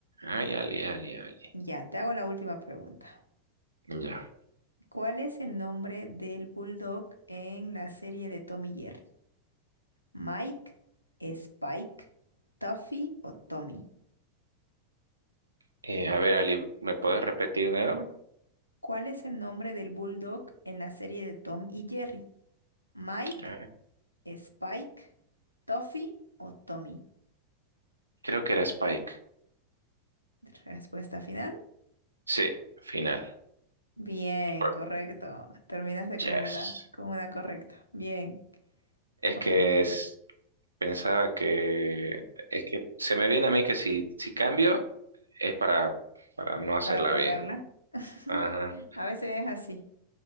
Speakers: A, on the right; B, on the left.
A: ay, Ali, Ali, Ali.
B: Ya, te hago la última pregunta.
A: Ya.
B: ¿Cuál es el nombre del bulldog en la serie de Tommy y Jerry? ¿Mike, Spike, Tuffy o Tommy?
A: Eh, a ver, Ali, ¿me puedes repetir de nuevo?
B: ¿Cuál es el nombre del bulldog en la serie de Tom y Jerry? ¿Mike,
A: Ah,
B: Spike, Tuffy o Tommy?
A: Creo que era Spike.
B: Respuesta final.
A: Sí, final.
B: Bien,
A: El pro-
B: correcto. Terminaste con
A: Yes.
B: una, con una correcta. Bien.
A: Es
B: Bueno,
A: que
B: Leo,
A: es... Pensaba que es que se me viene a mí que si, si cambio es para, para no hacerla
B: para perderla.
A: bien.
B: <laughs>
A: Ajá.
B: A veces es así.